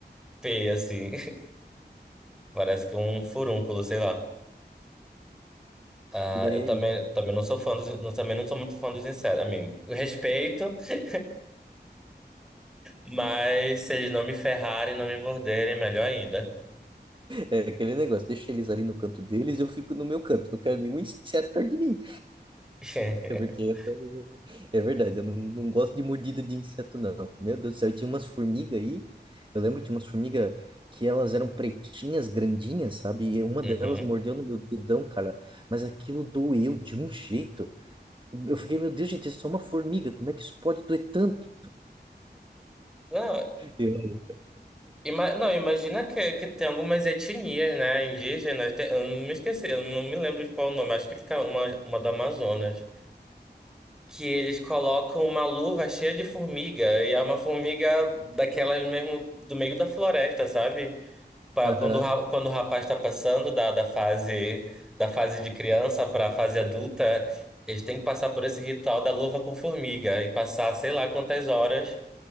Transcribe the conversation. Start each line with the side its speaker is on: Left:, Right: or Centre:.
Centre: feia, assim. <laughs> Parece que um furúnculo, sei lá. Ah,
Right: E daí
Centre: eu também,
Right: aí,
Centre: também não sou fã dos, não, também não sou muito fã dos insetos. A mim, respeito, <laughs> mas se eles não me ferrarem, não me morderem, melhor ainda.
Right: é aquele negócio, deixa eles ali no canto deles, eu fico no meu canto, não quero nenhum inseto perto de mim.
Centre: <laughs>
Right: É porque eu- é verdade, eu não, não gosto de mordida de inseto, não. Meu Deus do céu, eu tinha umas formigas aí. Eu lembro que tinha umas formigas que elas eram pretinhas, grandinhas, sabe? E uma
Centre: Uhum.
Right: delas mordeu no meu dedão, cara. Mas aquilo doeu de um jeito. Eu fiquei, meu Deus, gente, é só uma formiga. Como é que isso pode doer tanto?
Centre: Não,
Right: Eu,
Centre: ima- não, imagina que, que tem algumas etnias, né, indígenas. Tem- eu não me esqueci, eu não me lembro de qual o nome. Acho que fica uma, uma do Amazonas. que eles colocam uma luva cheia de formiga e é uma formiga daquelas mesmo do meio da floresta, sabe? Pra
Right: Aham.
Centre: quando, o ra- quando o rapaz está passando da, da fase da fase de criança para a fase adulta, eles têm que passar por esse ritual da luva com formiga e passar sei lá quantas horas.